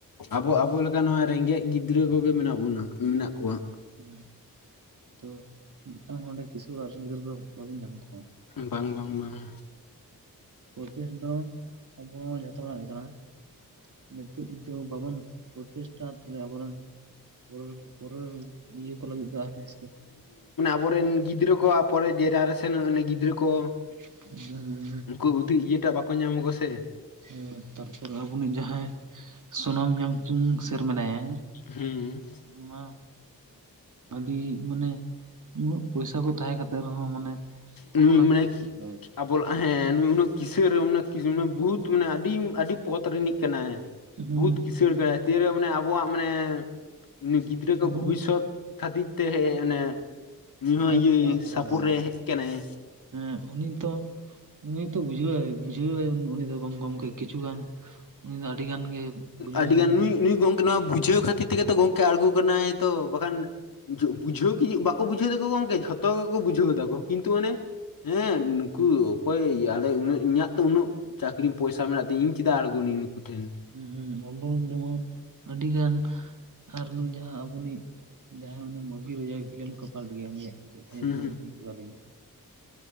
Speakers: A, on the left; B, on the right.
A: ᱟᱵᱚ ᱟᱵᱚ ᱞᱮᱠᱟ ᱱᱚᱣᱟ ᱨᱮᱸᱜᱮᱡ ᱜᱤᱫᱽᱨᱟᱹ ᱠᱚᱜᱮ ᱢᱮᱱᱟᱜ ᱵᱚᱱᱟ ᱢᱮᱱᱟᱜ ᱠᱚᱣᱟ᱾
B: ᱦᱩᱸ ᱛᱚ ᱢᱤᱫᱴᱟᱝ ᱦᱚᱸ ᱚᱸᱰᱮ ᱠᱤᱥᱟᱹᱲ ᱚᱲᱟᱜ ᱨᱮᱱ ᱜᱤᱫᱽᱨᱟᱹ ᱫᱚ ᱵᱟᱵᱮᱱ ᱧᱟᱢ ᱠᱚᱣᱟ᱾
A: ᱵᱟᱝ ᱵᱟᱝ ᱵᱟᱝᱟ᱾
B: ᱯᱨᱚᱴᱤᱥ ᱫᱚ ᱟᱵᱚ ᱡᱷᱚᱛᱚ ᱦᱚᱲᱟᱜ ᱜᱮ ᱠᱟᱱᱟ᱾ ᱱᱤᱛᱳᱜ ᱡᱩᱫᱤ ᱵᱟᱵᱚᱱ ᱯᱨᱚᱪᱮᱥᱴᱟ ᱛᱟᱦᱚᱞᱮ ᱟᱵᱚᱨᱮᱱ ᱯᱚᱨᱮ ᱯᱚᱨᱮᱨ ᱤᱭᱟᱹ ᱠᱚ ᱞᱟᱹᱜᱤᱫ ᱫᱚ ᱟᱨᱦᱚᱸ
A: ᱵᱚᱨᱮᱱ ᱜᱤᱫᱽᱨᱟᱹ ᱠᱚᱣᱟᱜ ᱯᱚᱨᱮ ᱡᱮᱱᱟᱨᱮᱥᱮᱱ ᱩᱱᱤ ᱜᱤᱫᱽᱨᱟᱹ ᱠᱚ
B: ᱦᱩᱸ ᱦᱩᱸ
A: ᱩᱱᱠᱩ ᱩᱫᱷᱤᱜ ᱤᱭᱟᱹᱴᱟᱜ ᱵᱟᱠᱚ ᱧᱟᱢᱟ ᱠᱚ ᱥᱮ᱾
B: ᱦᱮᱸ ᱛᱟᱨᱯᱚᱨ ᱟᱵᱚᱱᱤᱡ ᱡᱟᱦᱟᱸᱭ ᱥᱚᱱᱟᱢ ᱭᱟᱝᱪᱩᱝ ᱥᱮᱨ ᱢᱮᱱᱟᱭᱟ
A: ᱦᱩᱸ
B: ᱤᱧ ᱢᱟ ᱟᱹᱰᱤ ᱢᱟᱱᱮ ᱩᱱᱟᱹᱜ ᱯᱚᱭᱥᱟ ᱠᱚ ᱛᱟᱦᱮᱸ ᱠᱟᱛᱮ ᱨᱮᱦᱚᱸ ᱢᱟᱱᱮ
A: ᱩ
B: ᱟᱵᱚ ᱞᱟᱹᱜᱤᱫ
A: ᱢᱟᱱᱮ ᱟᱵᱚ ᱦᱮᱸ ᱱᱩᱭ ᱩᱱᱟᱹᱜ ᱠᱤᱥᱟᱹᱨ ᱩᱱᱟᱹᱜ ᱩᱱᱟᱹᱜ ᱠᱤ ᱵᱩᱦᱩᱛ ᱢᱟᱱᱮ ᱟᱵᱤ ᱟᱹ ᱟᱹᱰᱤ ᱯᱚᱛ ᱨᱤᱱᱤᱡ ᱠᱟᱱᱟᱭ,
B: ᱦᱮᱸ
A: ᱵᱩᱦᱩᱛ ᱠᱤᱥᱟᱹᱲ
B: ᱢᱟᱱᱮ
A: ᱠᱟᱱᱟᱭ ᱛᱤᱭᱟᱮᱲ ᱢᱟᱱᱮ ᱟᱵᱚᱣᱟᱜ ᱢᱟᱱᱮ ᱩᱱᱤ ᱜᱤ ᱫᱽᱨᱟᱹ
B: ᱟᱵᱚᱱᱤᱡ
A: ᱠᱚ ᱵᱷᱩᱵᱤᱥᱥᱚᱛ ᱠᱷᱟᱹᱛᱤᱨ ᱛᱮ ᱦᱮᱡ ᱚᱱᱮ ᱱᱩᱭ ᱦᱚᱸ
B: ᱡᱟᱦᱟᱸᱭ
A: ᱤᱭᱟᱹ
B: ᱠᱚᱨᱟᱣ ᱠᱚᱨᱟᱣᱮᱫᱟᱭ
A: ᱥᱟᱯᱳᱴ ᱨᱮ ᱠᱮᱱᱮᱭ,
B: ᱦᱮᱸ ᱩᱱᱤ ᱫᱚ ᱩᱱᱤ ᱛᱚ ᱵᱩᱡᱷᱟᱹᱣᱟ ᱵᱩᱡᱷᱟᱹᱣᱟᱭ ᱩᱱᱤ ᱫᱚ ᱜᱚᱢ ᱜᱚᱢᱠᱮ ᱠᱤᱪᱷᱩ ᱜᱟᱱ, ᱩᱱᱤ ᱫᱚ ᱟᱰᱤ ᱜᱟᱱ ᱜᱮ ᱵᱩᱡᱷᱟᱹᱣ
A: ᱟᱹᱰᱤ ᱜᱟᱱ ᱱᱩᱭ ᱱᱩᱭ ᱜᱚᱝᱠᱮ ᱱᱚᱣᱟ ᱵᱩᱡᱷᱟᱹᱣ ᱠᱷᱟᱹᱛᱤᱨ ᱜᱮ ᱛᱚ ᱜᱚᱝᱠᱮ ᱟᱬᱜᱩ ᱠᱟᱱᱟᱭ ᱛᱚ ᱵᱟᱠᱷᱟᱱ ᱵᱩᱡᱷᱟᱹᱣ ᱠᱤ ᱵᱟᱠ ᱠᱚ ᱵᱩᱡᱷᱟᱹᱣ ᱫᱟᱠᱚ ᱜᱚᱝᱠᱮ ᱡᱷᱚᱛᱚ ᱜᱮᱠᱚ ᱵᱩᱡᱟᱹᱣ ᱫᱟ ᱠᱚ ᱠᱤᱱᱛᱩ ᱚᱱᱮ, ᱦᱮᱸ ᱩᱱᱠᱩ ᱚᱠᱚᱭ ᱤᱭᱟᱹ ᱟᱞᱮ ᱩᱱᱟᱹᱜ ᱤᱧᱟᱹᱜ ᱛᱚ ᱩᱱᱟᱹᱜ ᱪᱟᱹᱠᱨᱤ ᱯᱚᱭᱥᱟ ᱢᱮᱱᱟᱜ ᱛᱤᱧᱟ ᱤᱧ ᱪᱮᱫᱟᱜ ᱟᱬᱜᱳᱱᱤᱧ ᱱᱩᱠᱩ ᱴᱷᱮᱱ᱾
B: ᱦᱩᱸ ᱦᱩᱸ ᱟᱵᱚᱱ ᱡᱮᱢᱚᱱ ᱟᱹᱰᱤ ᱜᱟᱱ ᱟᱨ ᱱᱩᱭ ᱡᱟᱦᱟᱸ ᱟᱵᱚᱱᱤᱡ ᱡᱟᱦᱟᱸᱭ ᱩᱱᱤ ᱢᱩ ᱵᱷᱤ ᱠᱚ ᱡᱟᱦᱟ ᱵᱷᱤᱞᱮᱱ ᱠᱚ ᱯᱟᱨᱴ ᱜᱮᱭᱟ ᱩᱱᱤᱭᱟᱜ ᱪᱮᱫ ᱛᱟᱭ ᱧᱩᱛᱩᱢ
A: ᱦᱩᱸ
B: ᱦᱤᱲᱤᱧ ᱠᱮᱫᱟᱞᱤᱧ